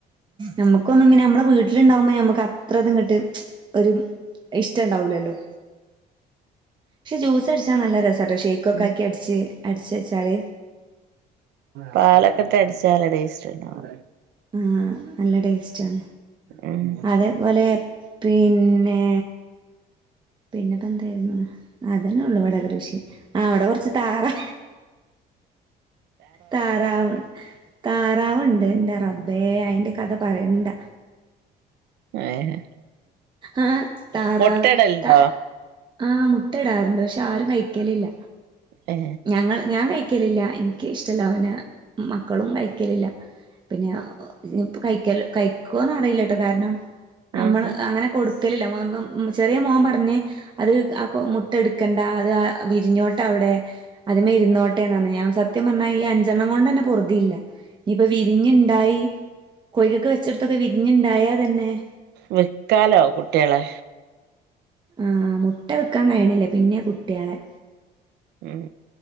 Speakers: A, on the right; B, on the right.
A: നമ്മുക്കൊന്നും ഇങ്ങനെ നമ്മുടെ വീട്ടിലിണ്ടാവുമ്പോ നമ്മുക്ക് അത്രത് ഇങ്ങ്ട്ട് ഒരു ഇഷ്ടണ്ടാവൂലല്ലോ പക്ഷെ ജ്യൂസ് അടിച്ചാ നല്ല രസട്ടോ ഷേ ഇക്കൊക്കാക്കി
B: ഉം
A: അടിച്ച് അടിച്ച് വെച്ചാല്
B: പാലൊക്കെ തരിച്ചാല ടേസ്റ്റ് ണ്ടാവാ
A: ആഹ് നല്ല ടേസ്റ്റ് ആണ്
B: ഉം
A: അതേപോലെ പിന്നെ പിന്നെപ്പന്താരുന്നു അതന്നെ ഉള്ളൂ വടെ ടുത്ത് കൃഷി ആ അവടെ കുറച്ച് താറാ താറാവ് താറാവുണ്ട് ഇന്റെ റബ്ബേ അയിന്റെ കഥ പറയണ്ട
B: ഏഹ്
A: ആ താറാവ്
B: മുട്ടടല്ണ്ടോ
A: ത ആ മുട്ട ഇടാറുണ്ട് പക്ഷെ ആരും കഴിക്കലില്ല
B: ഏ
A: ഞങ്ങൾ ഞാൻ കഴിക്കലില്ല എനിക്ക് ഇഷ്ടല്ലവന മക്കളും കഴിക്കലില്ല പിന്നെ അ ഒ ഇപ്പൊ കഴിക്കൽ കഴിക്കോന്ന് അറിയില്ലട്ടോ കാരണം നമ്മള്
B: ഉം ഉം
A: അങ്ങനെ കൊടുക്കലില്ല <unintelligible> ചെറിയ മോൻ പറഞ്ഞ് അത് കാക്കോ മുട്ട ഇടുക്കണ്ട അത് വിരിഞ്ഞോട്ടവടെ അതിമ്മെ ഇരുന്നോട്ടേന്ന് പറഞ്ഞ ഞാൻ സത്യം പറഞ്ഞാ ഈ അഞ്ചെണ്ണം കൊണ്ടെന്നെ പൊറുതില്ല ഇനിപ്പ വിരിഞ്ഞുണ്ടായി കോഴിക്കക്ക് വെച്ചൊടുത്തത് വിരിഞ്ഞുണ്ടായാതന്നെ
B: വിൽക്കാലോ കുട്ടേളെ
A: ആ മുട്ട വിക്കാൻ കഴീണില്ലേ പിന്നെ കുട്ട്യേളെ
B: ഉം